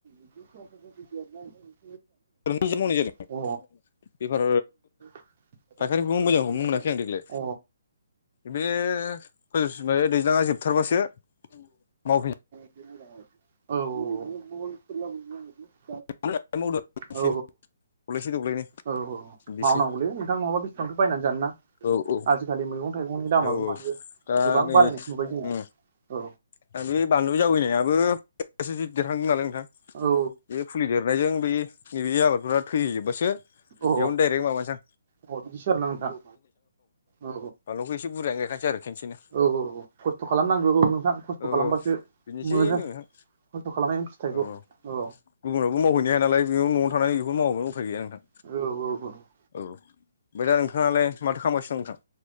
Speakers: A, on the right; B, on the left.
A: <unintelligible>
B: <unintelligible> मावनाय जादों
A: अ
B: बेफार
A: <unintelligible>
B: फायखारिखौबो मोजां हमनो मोनाखै आं देग्लाय।
A: अ
B: बे <unintelligible> जोबथारबासो मावफिन
A: <unintelligible> औ औ औ <unintelligible>
B: <unintelligible> दब्लाइसे
A: औ
B: दब्लाइनै।
A: औ औ
B: बिसि
A: मावनांगौलै नोंथां नङाबा बेसेबांथो बायनानै जानोना
B: औ औ
A: आजिखालि मैगं थाइगंनि दामाबो
B: औ औ।
A: माथो
B: दा
A: गोबां
B: नै
A: बारायनायखौ नुबाय
B: उम
A: जोङो औ
B: दा बे बानलु जावैनायाबो <unintelligible> देरहांदों नालाय नोंथां
A: औ
B: बे फुलि देर <unintelligible> बे नैबे आबादफोरा थैैहैजोबबासो
A: औ
B: बेयावनो डाइरेक्ट माबानसां
A: अ बिदिसो आरोना नोंथां औ औ
B: बानलुखौ एसे बुरजायानो गायखानोसै आरो खेनसेनो
A: औ औ औ खस्थ' खालामनांगौ औ नोंथां खस्थ'
B: औ
A: खालामबासो
B: औ बिनोसै
A: मोनो
B: नोंथां
A: खस्थ' खालामनायनि फिथाइखौ
B: औ
A: औ
B: गुबुनावबो मावहैनो हाया नालाय बेयाव न'आवनो थानानै बेफोर मावाबानो उफाय गैया नोंथां
A: औ औ औ
B: औ आमफाय दा नोंथाङालाय माथो खालामगासिनो दं नोंथां